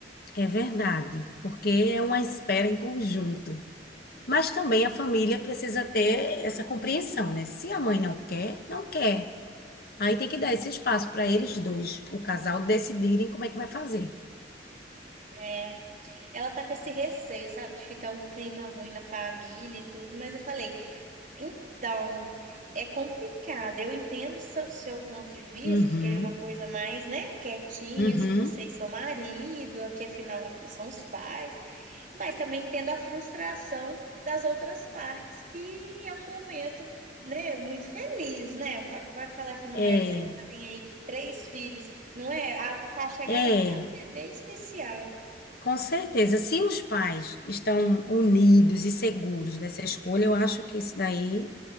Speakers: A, on the left; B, on the right.
A: é verdade, porque é uma espera em conjunto. Mas também a família precisa ter essa compreensão, né? Se a mãe não quer, não quer. Aí tem que dar esse espaço para eles dois, o casal, decidirem como é que vai fazer.
B: É, ela tá com esse receio, sabe, de ficar um clima ruim na família e tudo, mas eu falei, então, é complicado. Eu entendo seu, seu ponto de vista
A: Uhum,
B: de querer uma coisa mais, né, quietinha,
A: uhum.
B: se você e seu marido, que afinal são os pais. Mas também entendo a frustração das outras partes, que é um momento, né, muito feliz, né? Va- Vai falar que não
A: É,
B: é, você que já tem aí três filhos, não é? A, a chegada
A: é,
B: de cada bebê é especial.
A: com certeza. Se os pais estão unidos e seguros dessa escolha, eu acho que isso daí